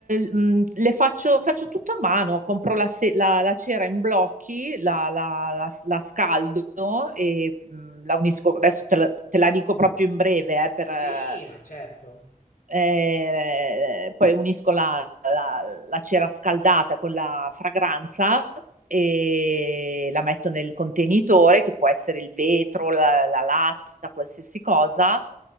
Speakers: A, on the right; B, on the left.
A: mhmm, le faccio faccio tutto a mano, compro la se la la cera in blocchi, la la la s la scaldo e, mhmm, la unisco adesso te la te la dico proprio in breve, eh,
B: Sì,
A: per eh,
B: ma certo.
A: Eh, poi unisco la, la- la cera scaldata con la fragranza e la metto nel contenitore che può essere il vetro, la, la latta, qualsiasi cosa.